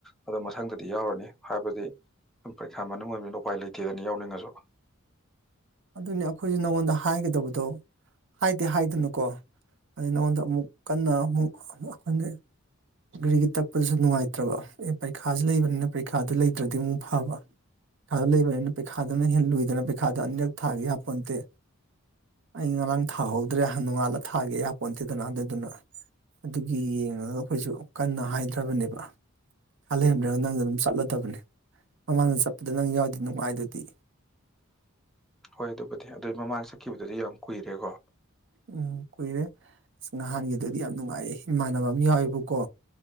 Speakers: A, in the centre; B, on the right (about 60°).
A: ꯑꯗꯣ ꯃꯊꯪꯗꯗꯤ ꯌꯥꯎꯔꯅꯤ ꯍꯥꯏꯕꯗꯤ ꯄꯔꯤꯈꯥ ꯃꯅꯨꯡ ꯑꯣꯏꯕꯅꯤꯅ ꯎꯄꯥꯏ ꯂꯩꯇꯦꯗꯅ ꯌꯥꯎꯅꯤꯡꯉꯁꯨ
B: ꯑꯗꯨꯅꯤ ꯑꯩꯈꯣꯏꯁꯨ ꯅꯪꯉꯣꯟꯗ ꯍꯥꯏꯒꯗꯕꯗꯣ ꯍꯥꯏꯗꯤ ꯍꯥꯏꯗꯅꯀꯣ ꯑꯗꯩ ꯅꯉꯣꯟꯗ ꯑꯃꯨꯛ ꯀꯟꯅ ꯑꯃꯨꯛ ꯑꯩꯈꯣꯏꯅ ꯒꯔ꯭ꯤ ꯒꯔꯤ ꯇꯛꯄꯗꯨꯁꯨ ꯅꯨꯡꯉꯥꯏꯇ꯭ꯔꯕ ꯑꯦ ꯄꯔꯤꯈꯥꯥꯁ ꯂꯩꯕꯅꯤꯅ ꯄꯔꯤꯈꯥꯗꯨ ꯂꯩꯇ꯭ꯔꯗꯤ ꯑꯃꯨꯛ ꯐꯕ ꯄꯩꯈꯥ ꯂꯩꯕꯅꯤꯅ ꯄꯩꯈꯥꯗꯅ ꯍꯦꯟꯅ ꯂꯨꯏꯗꯅ ꯄꯩꯈꯥꯗꯣ ꯑꯅꯤꯔꯛ ꯊꯥꯒꯦ ꯌꯥꯄꯣꯟꯇꯦ ꯑꯩ ꯉꯔꯥꯡ ꯊꯥꯍꯧꯗ꯭ꯔꯦ ꯅꯣꯡꯉꯜꯂꯥ ꯊꯥꯒꯦ ꯌꯥꯄꯣꯟꯇꯦꯗꯅ ꯑꯗꯨꯗꯨꯅ ꯑꯗꯨꯒꯤ ꯌꯦꯡꯉꯒ ꯑꯩꯈꯣꯏꯁꯨ ꯀꯟꯅ ꯍꯥꯏꯗ꯭ꯔꯕꯅꯦꯕ ꯄꯩꯈꯥ ꯂꯩꯔꯝꯗ꯭ꯔꯒ ꯅꯪ ꯑꯗꯨꯝ ꯆꯠꯂꯗꯕꯅꯦ ꯃꯃꯥꯡꯗ ꯆꯠꯄꯗ ꯅꯪ ꯌꯥꯎꯗꯨꯗꯤ ꯅꯨꯡꯉꯥꯏꯗꯨꯗꯤ
A: ꯍꯣꯏ ꯑꯗꯨꯕꯨꯗꯤ ꯑꯗꯨ ꯃꯃꯥꯡꯗ ꯆꯠꯈꯤꯕꯗꯨꯗꯤ ꯌꯥꯝ ꯀꯨꯏꯔꯦꯀꯣ
B: ꯎꯝ ꯀꯨꯏꯔꯦ ꯑꯁ ꯅꯍꯥꯟꯒꯤꯗꯨꯗꯤ ꯌꯥꯝ ꯅꯨꯡꯉꯥꯏꯌꯦ ꯏꯃꯥꯟꯅꯕ ꯑꯃ ꯌꯥꯎꯋꯦꯕꯀꯣ